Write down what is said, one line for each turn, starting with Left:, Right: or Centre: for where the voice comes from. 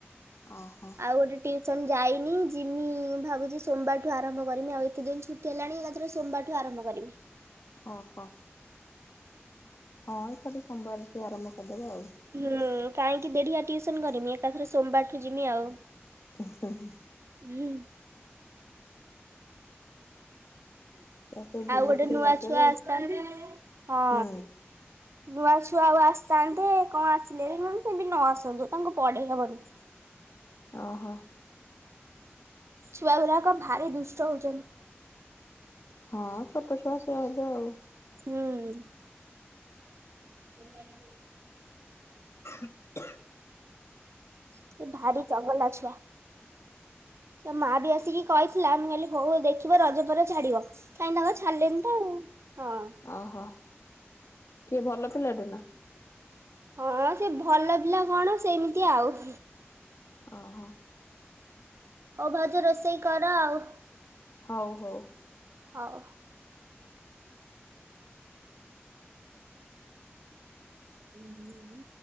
Left: ଓହୋ।
Right: ଆଉ ଗୋଟେ ଟ୍ୟୁସନ ଯାଇନି ଯିମି ମୁଁ ଭାବୁଛି ସୋମବାରଠୁ ଆରମ୍ଭ କରିମି ଆଉ ଏତେ ଦିନ ଛୁ ଟି ହେଲାଣି ଏକାତିରେ ସୋମବାରଠୁ ଆରମ୍ଭ କରିବି।
Left: ଓହୋ। ହଁ ଏକାଇଠି ସୋମବାର ଠୁ ଆରମ୍ଭ କରିଦବ ଆଉ।
Right: ହୁଁ କାହିଁକି ଦେଢିଆ ଟ୍ୟୁଉସନ କରିମି ଏକାଥରେ ସୋମବାରଠୁ ଯିବି ଆଉ
Left: ଉ ହୁଁ ହୁଁ।
Right: ହୁଁ।
Left: ଛୁଆ ସବୁ ବୁଲୁଥିଲେ
Right: ଆଉ ଗୋଟେ ନୂଆ
Left: ରଜରେ
Right: ଛୁଆ ଆସିଥାନ୍ତି ହଁ
Left: ହୁଁ
Right: ନୂଆ ଛୁଆ ଆଉ ଆସିଥାନ୍ତେ କଣ ଆସିଲେ ମାନେ ସେବି ନ ଆସନ୍ତୁ ତାଙ୍କୁ ପଢେଇ ହବନି
Left: ଓହୋ
Right: ଛୁଆ ଗୁଡ଼ାକ ଭାରି ଦୁଷ୍ଟ ହଉଛନ୍ତି
Left: ହଁ ଛୋଟ ଛୁଆ ସୁଆ ହେବେ ଆଉ
Right: ହୁଁ। <inaudible>
Left: <inaudible>
Right: ସେ ଭାରି ଚଗଲା ଛୁଆ ତା ମା ବି ଆସିକି କହିଥିଲା ମୁଁ କହିଲି ହଉ ଦେଖିବା ରଜପରେ ଛାଡିବ। କାଇଁ ତାଙ୍କ ଛାଡିଲେନି ତ ଆଉ ହଁ
Left: ଅହ କିଏ ଭଲ ପିଲାଟେ ନା
Right: ହଁ ସେ ଭଲ ପିଲା କଣ ସେମିତି ଆଉ
Left: ଅହ।
Right: ହଉ ଭାଉଜ ରୋଷେଇ କର ଆଉ
Left: ହଉ ହଉ
Right: ହଉ। ହୁଁ ହୁଁ <inaudible>